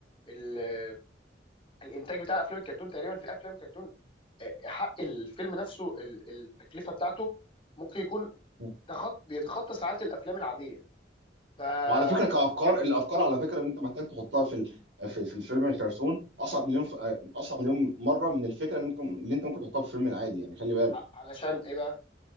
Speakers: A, on the left; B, on the right.
A: ال- الانتاج بتاع الافلام الكرتون تقريبا في افلام كرتون آه، حق الفيلم نفسه ال- التكلفه بتاعته ممكن يكون
B: مم.
A: تخط بيتخطى ساعات الافلام العاديه ف ع-
B: وعلى فكره كافكار الافكار على فكره اللي انت محتاج تحطها في ال- في, في الفيلم الكرتون اصعب مليون ف- اصعب مليون مره من الفكره اللي انت اللي انت ممكن تحطها في الفيلم العادي يعني خلي بالك
A: علشان ايه بقى